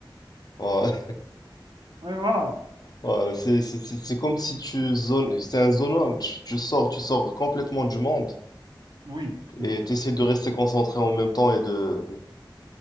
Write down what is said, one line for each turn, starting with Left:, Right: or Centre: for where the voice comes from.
Left: Voilà.
Right: Et voilà,
Left: Voilà, c'est c'est- c'est- c'est comme si tu zones, c'est un zone out, tu, tu sors, tu sors complètement du monde
Right: oui, oui.
Left: et tu essaies de rester concentré en même temps et de...